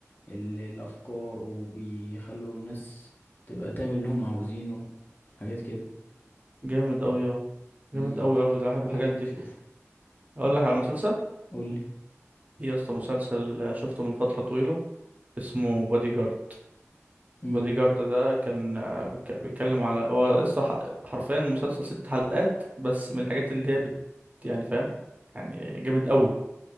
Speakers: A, on the left (about 40°); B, on the right (about 30°).
A: ال- الأفكار وبيخلوا الناس تبقى تعمل اللي هم عاوزينه حاجات كده
B: جامد اوي اه جامد
A: مم،
B: اوي
A: لازم
B: اوي ده بحب
A: لازم
B: الحاجات دي
A: تشوفه
B: اقول لك على مسلسل
A: قولي
B: في يا اسطى مسلسل آه، شفته من فترة طويلة اسمه بادي جارد
A: مم،
B: بادي جارد ده كان آه، بيتك- بيتكلم على هو لسه ح- حرفيا مسلسل ست حلقات بس من الحاجات اللي هي بت... يعني فاهم يعني جامد قوي